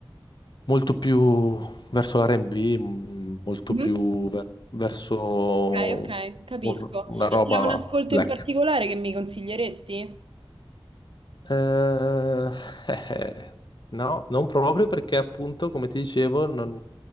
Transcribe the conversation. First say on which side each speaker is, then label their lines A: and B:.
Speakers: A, on the left; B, on the right.
A: molto più verso l'R&B, m- molto
B: Mhm.
A: più ve- verso
B: Ok, ok, capisco.
A: un- una roba
B: E c'è un ascolto
A: black.
B: in particolare che mi consiglieresti?
A: Eh, eh, eh. no, non proprio perché appunto, come ti dicevo, non,